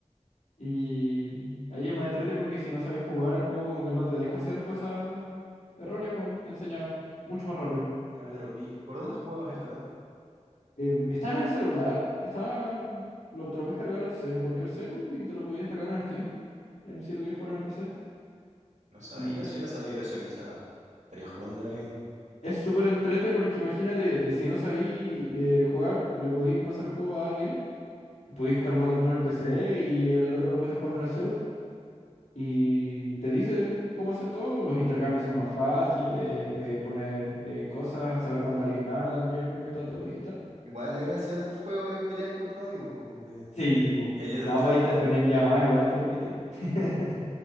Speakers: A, on the left; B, on the right.
A: Y ahí es más entrete porque si no sabes jugar, el juego como que no te deja hacer cosas erróneas, pues, te enseña mucho más rápido.
B: Ah, claro. ¿Y por dónde jugabas el Catán?
A: Em, está en el celular, está en- lo, te lo puedes cargar al cel- en cualquier celu y te lo puedes descargar en Steam, en- si lo quieres jugar en el PC.
B: No sabía,
A: Y eh,
B: si hubiera sabido eso, quizás estaría jugando ahora mismo.
A: Es súper entrete porque imagínate, eh, si no sabí eh, jugar, le podéis pasar el juego a alguien. Podéis estar jugando tú en el PC y el otro lo puede estar jugando en el celu. Y te dice cómo hacer todo. Los
B: Mm.
A: intercambios son más fáciles, eh, poner eh, cosas, saber cuándo alguien gana también, porque está todo digital.
B: Igual la gracia del juego es pelear con tus amigos, pues. de-
A: Sí, pu.
B: Ella es
A: No,
B: trampa.
A: pues ahí te ponían
B: po.
A: llamada, igual te los pité. <laughs>